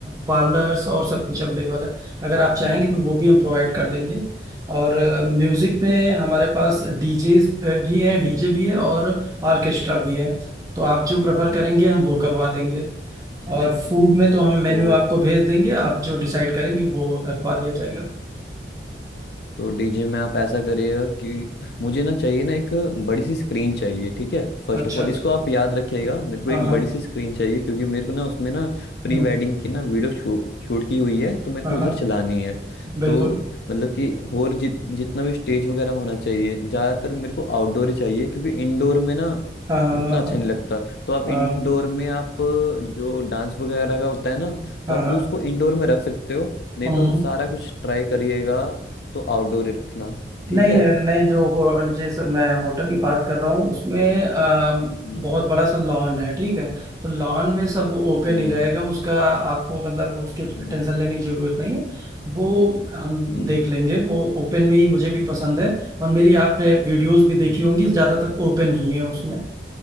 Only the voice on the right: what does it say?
पार्लर्स और सब कुछ अवेलेबल है अगर आप
चाहेंगे तो वो भी हम प्रोवाइड कर देंगे और म्यूजिक पे हमारे पास
डीजे भी है
डीजे भी है और ऑर्केस्ट्रा भी है तो आप जो प्रेफर
करेंगे हम वो करवा देंगे
और फूड में तो हम मेन्यू
आपको भेज देंगे आप जो डिसाइड करेंगे वो रखवा दिया जाएगा
अच्छा
अच्छा
हाँ
हाँ
हम्म,
हाँ
हाँ
बिल्कुल
हाँ हाँ
हाँ
हाँ
हाँ
हाँ
हाँ,
हम्म
हम्म।
नहीं
नहीं जो हो जैसे मैं होटल की बात कर रहा हूँ उसमें अम,
बहुत बड़ा सा लॉन है ठीक है तो लॉन में सब ओपन
ही रहेगा उसका आपको मतलब उसके
टेंशन लेने की जरूरत नहीं है वो हम
देख लेंगे वो ओपन में ही मुझे भी पसंद है और मेरी आपने वीडियोस
भी देखी होंगी ज्यादातर ओपन ही है उसमें